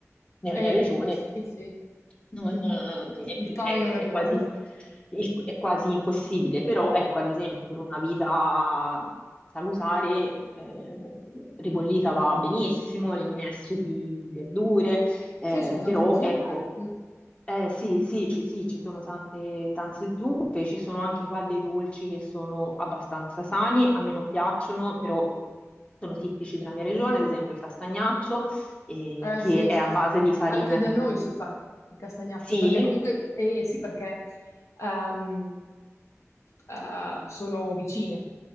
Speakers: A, on the left; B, on the left.
A: Nella
B: Eh,
A: mia regione
B: sì, sì,
A: non, eh,
B: il pane
A: è,
B: non è
A: è
B: buono.
A: quasi, è quasi impossibile, però ecco, ad esempio per una vita salutare, eh, ribollita va benissimo, le minestre di, di verdure, eh,
B: Sì, son tante
A: però
B: zuppe.
A: ecco
B: Mh.
A: eh, sì, sì, ci, sì, ci sono tante, tante zuppe, ci sono anche qua dei dolci che sono abbastanza sani, a me non piacciono, però sono tipici della mia regione, ad esempio il castagnaccio, eh,
B: Eh
A: che
B: sì,
A: è
B: sì,
A: a base
B: sì.
A: di farina
B: Anche da
A: di...
B: noi si fa il castagnaccio,
A: Sì?
B: perché comunque, eh sì, perché ehm, eh, sono vicine